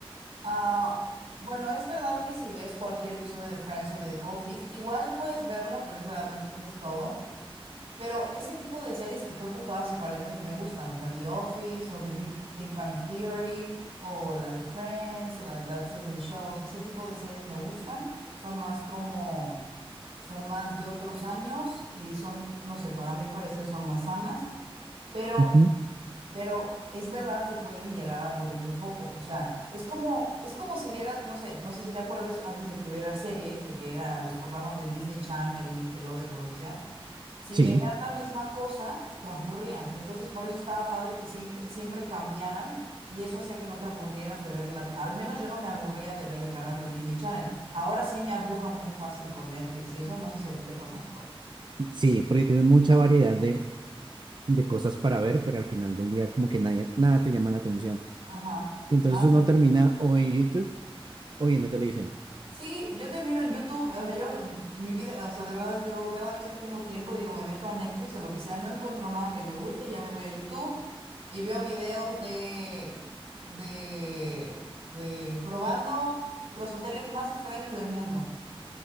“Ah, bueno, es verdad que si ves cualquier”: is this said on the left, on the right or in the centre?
Right